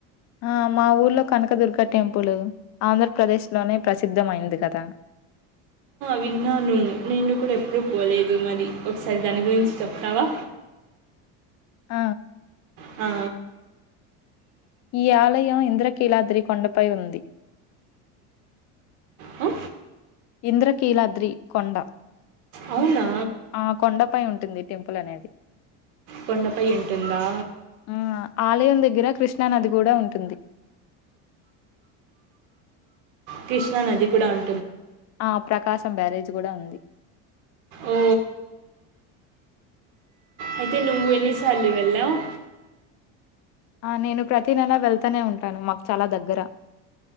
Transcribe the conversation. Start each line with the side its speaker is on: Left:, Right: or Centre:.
Left: ఆ మా ఊర్లో కనకదుర్గ టెంపుల్ ఆంధ్రప్రదేశ్లోనే ప్రసిద్ధమయింది కదా.
Right: విన్నాను. నేను కూడా ఎప్పుడు పోలేదు మరి ఒకసారి దాని గురించి చెప్తావా.
Left: అ
Right: ఆ
Left: ఈ ఆలయం ఇంద్రకీలాద్రి కొండపై ఉంది
Right: ఆ
Left: ఇంద్రకీలాద్రి కొండ
Right: అవునా
Left: ఆ కొండపై ఉంటుంది టెంపుల్ అనేది
Right: కొండపై ఉంటుందా
Left: ఆ ఆలయం దగ్గర కృష్ణ నది కూడా ఉంటుంది
Right: కృష్ణా నది కూడా ఉం
Left: ఆ ప్రకాశం బ్యారేజీ కూడా ఉంది.
Right: ఓ అయితే నువ్వు ఎన్నిసార్లు వెల్లవ్.
Left: నేను ప్రతి నెలా వెళ్తానే ఉంటాను మాకు చాలా దగ్గర